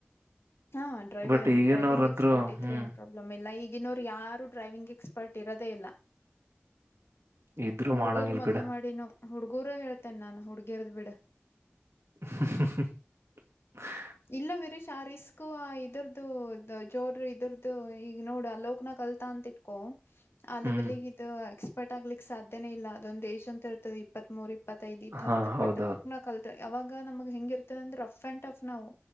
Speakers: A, on the left; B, on the right.
A: ಹಾ ಡ್ರೈವರ
B: ಬಟ್ ಈಗಿನವ್ರಂತ್ರು
A: ಡ್ರೈವಿಂಗ್ ಎಕ್ಸ್ಪರ್ಟ್ ಇದ್ರೆ
B: ಹ್ಮ್
A: ಏನ್ ಪ್ರಾಬ್ಲಮ್ ಎಲ್ಲಾ ಈಗ್ ಇನ್ನೋರು ಯಾರು ಡ್ರೈವಿಂಗ್ ಎಕ್ಸ್ಪರ್ಟ್ ಇರೋದೆೇ ಇಲ್ಲ
B: ಇದ್ರು
A: ಹುಡ್ಗೂರು
B: ಮಾಡಂಗಿಲ್
A: ಮೊದ್ಲು
B: ಬಿಡ
A: ಮಾಡಿನು ಹುಡ್ಗೂರೇ ಹೇಳ್ತೇನೆ ನಾನು ಹುಡಗ್ಯರ್ದ ಬಿಡ.
B: ಹುಂ ಹುಂ ಹ
A: ಇಲ್ಲ ವೀರಶ್ ಆ ರಿಸ್ಕು ಆ ಇದ್ರದು ದ ಜೋರ್ ಇದ್ರದು ಈಗ ನೋಡ ಲೋಕನಾಥ್. ಕಲ್ತಾಂತಿಟ್ಕೋ ಆ
B: ಹ್ಮ್
A: ಲೆವಲಿಗೆ ಇದು ಎಕ್ಸ್ಪರ್ಟ್ ಆಗ್ಲಿಕ್ ಸಾಧ್ಯನೇ ಇಲ್ಲ ಅದೊಂದ ಏಜ್ ಅಂತ ಇರ್ತದ ಇಪ್ಪತ್ತ್ ಮೂರ್ ಇಪ್ಪ ಇಪ್ಪತ್ತೈದ ಇರ್ತ್
B: ಹಾ ಹೌದೌದು
A: ಪಟಕನ್ ಕಾಲ್ತ್ರ ಅವಾಗ ನಮಗೆ ಹೆಂಗಿರ್ತದ ಅಂದ್ರ ರಫ್ ಅಂಡ್ ಟಫ್ ನಾವು.